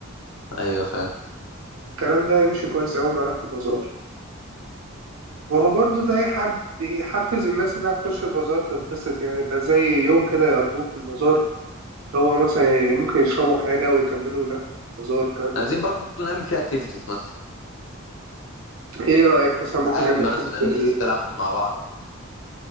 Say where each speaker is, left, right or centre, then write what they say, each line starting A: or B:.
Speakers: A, on the left (about 65°); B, on the right (about 75°).
A: ايوه فعلا
B: الكلام ده هيمشي كويس أوي معانا في البازار وهو برضو ده يحب يحفز الناس إنها تخش البازار تتبسط يعني يبقى زي يوم كده يقضوه في البازار هو مثلا يعني ممكن يشربوا حاجة ويكملوا لف بازار الكلام من
A: عايزين
B: ده
A: برضو نعمل فيها اكتيفيتيز مثلا
B: ايه رأيك مثلا ممكن
A: العاب
B: نعمل
A: مثلا
B: اكتيفيتي زي ايه
A: نلعب مع بعض